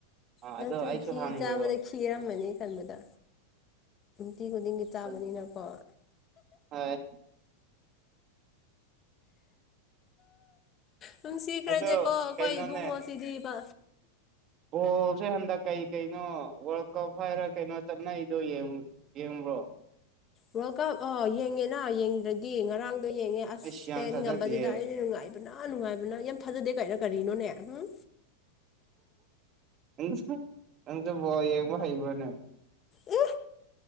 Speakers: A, on the right; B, on the left.
A: ꯑꯥ
B: ꯅ
A: ꯑꯗꯣ
B: ꯇꯨ
A: ꯑꯩꯁꯨ
B: ꯊꯤ
A: ꯍꯪꯗꯦꯕ
B: ꯆꯥꯕꯗ ꯈꯈꯤꯔꯝꯃꯅꯤ ꯈꯟꯕꯗ ꯇꯤ ꯈꯨꯗꯤꯡꯒꯤ ꯆꯥꯕꯅꯤꯅꯀꯣ
A: ꯑꯗꯨꯅꯤ ꯍꯣꯏ
B: ꯅꯨꯡꯁꯤꯈ꯭ꯔꯗꯤꯦꯀꯣ
A: ꯑꯗꯣ
B: ꯑꯩꯈꯣꯏ
A: ꯀꯩꯅꯣꯅꯦ
B: ꯏꯕꯨꯡꯉꯣ ꯁꯤꯗꯤꯕ
A: ꯕꯣꯜꯁꯦ ꯍꯟꯗꯛ ꯀꯩ ꯀꯩꯅꯣ ꯋꯥꯔꯜ ꯀꯞ ꯍꯥꯏꯔ ꯀꯩꯅꯣ ꯆꯠꯅꯩꯗꯣ ꯌꯦꯡꯉ ꯌꯦꯡꯉꯕ꯭ꯔꯣ
B: ꯋꯥꯔꯜ ꯀꯞ ꯑ ꯌꯦꯡꯉꯦꯅ ꯌꯦꯡꯗ꯭ꯔꯗꯤ ꯉꯔꯥꯡ ꯌꯦꯡꯉꯦ ꯑꯁ
A: ꯑꯩꯁ ꯌꯥꯝ
B: ꯄꯦꯟ
A: ꯊꯥꯖꯗꯤꯌꯦ
B: ꯉꯝꯕꯗꯨꯗ ꯑ ꯅꯨꯡꯉꯥꯏ ꯅ ꯅꯨꯡꯉꯥꯏꯕꯅ ꯌꯥꯝ ꯊꯥꯖꯗꯦ ꯀꯥꯏꯅ ꯀꯔꯤꯅꯣꯅꯦ ꯎꯝ
A: ꯁꯨ ꯅꯪꯁꯨ ꯌꯦꯡꯕ ꯍꯩꯕꯅꯦ
B: ꯌꯦ